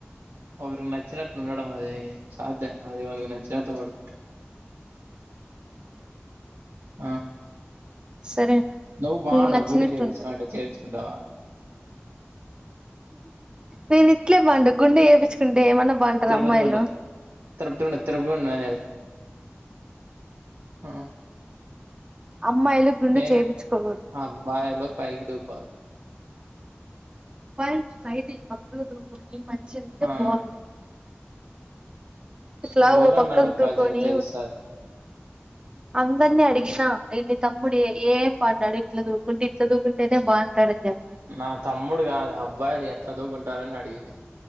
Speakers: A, on the right (about 80°); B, on the right (about 20°).
A: ఒకరికి నచ్చినట్ ఉండడం అది సాధ్యం గాదు అది నచ్చినట్ వాడు ఆ
B: సరే
A: నువ్వు వాడవ్
B: మీకు నచ్చినట్టుండదు
A: గుండు చేపించుకుంటాడు అంటా
B: నేను ఇట్లే బాగుంట గుండె చేయించుకుంటే ఏమన్నా బాగుంటారు
A: తిరుపతి
B: అమ్మాయిలు
A: గుండు తిరుపతి గుండు తిరుపతి గుండు అనేది ఆ
B: అమ్మాయిలు గుండు
A: ఏం
B: చేపించుకోకూడదు
A: అబ్బాయిలు పైకి దూపాలు
B: <unintelligible> ఏ మంచిదింటే
A: ఆ
B: బాగుంది ఇలా
A: ఎవరన్నా
B: ఓ పక్కకు
A: అడుగు
B: దూకుని
A: కాల్చడం తెలుస్తుంది
B: అందర్నీ అడిగినా ఇన్ని తమ్ముడు ఏం పాడ్డాడు ఇట్లా దూకుంటే ఇట్లా దూకుంటేనే బాగుంటాడని చెప్పి
A: నా తమ్ముడు కాదు అబ్బాయిది ఎ దు గుంటారాని అడిగింది